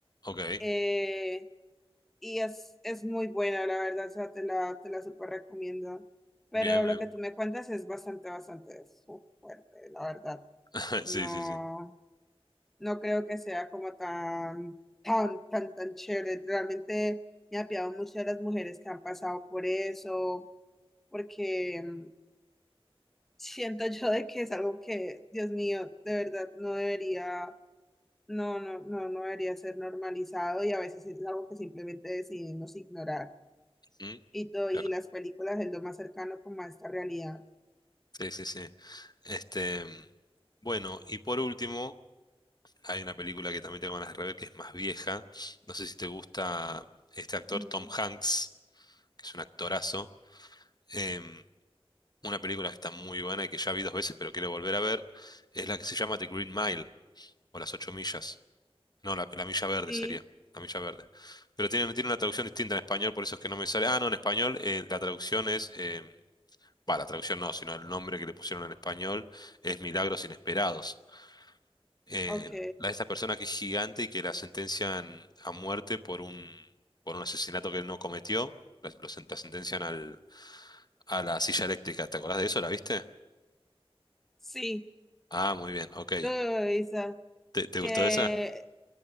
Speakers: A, on the left; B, in the centre.
A: ok,
B: eh, y es, es muy buena, la verdad, o sea, te la, te la súper recomiendo. Pero
A: bien,
B: lo
A: bien.
B: que tú me cuentas es bastante, bastante fu- fuerte, la verdad.
A: <laughs>
B: No
A: Sí, sí, sí.
B: no creo que sea como tan, tan, tan, tan chévere. Realmente me apiado mucho de las mujeres que han pasado por eso, porque mm, <laughs> siento yo de que es algo que, Dios mío, de verdad no debería, no, no, no, no debería ser normalizado y a veces es algo que simplemente decidimos ignorar.
A: Mm,
B: Y todo, y
A: bueno,
B: las películas es lo más cercano como a esta realidad.
A: Sí, sí, sí. Este, bueno, y por último, hay una película que también tengo ganas de rever que es más vieja. No sé si te gusta este actor
B: Mm,
A: Tom Hanks, que es un actorazo. em, una película que está muy buena y que ya vi dos veces, pero quiero volver a ver, es la que se llama The Green Mile, o Las Ocho Millas. No, la, la Milla Verde
B: Sí,
A: sería, la Milla Verde. Pero tiene, tiene una traducción distinta en español, por eso es que no me sale. Ah, no, en español eh, la traducción es, eh, bah, la traducción no, sino el nombre que le pusieron en español es Milagros Inesperados. Eh,
B: ok.
A: la de esta persona que es gigante y que la sentencian a muerte por un, por un asesinato que él no cometió. La, lo sen- la sentencian al, a la silla eléctrica. ¿Te acordás de eso? ¿La viste?
B: Sí,
A: Ah, muy bien, ok.
B: lo Isa,
A: ¿Te, te
B: que
A: gustó esa?